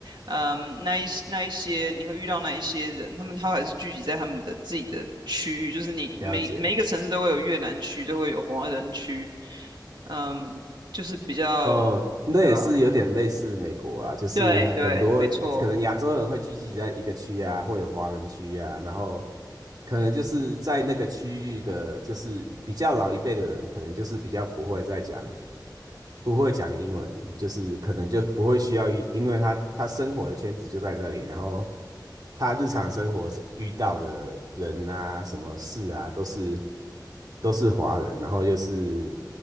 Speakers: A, on the right; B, on the right.
A: 嗯，那一那一些你会遇到那一些人，他们他还是聚集在他们的自己的区域，就是你每每一个城市都会有越南区，
B: 了解。
A: 都会有华人区，嗯，就是比较，
B: 哦，那也是有点类似美国啊，
A: 对啊，
B: 就是很多可能亚洲人会聚集在一个区啊，
A: 对对，没错
B: 会有华人区啊，然后可能就是在那个区域的，就是比较老一辈的人，可能就是比较不会再讲。不会讲英文，就是可能就不会需要一因为他他生活的圈子就在那里，然后他日常生活是遇到的人啊，什么事啊，都是都是华人，然后就是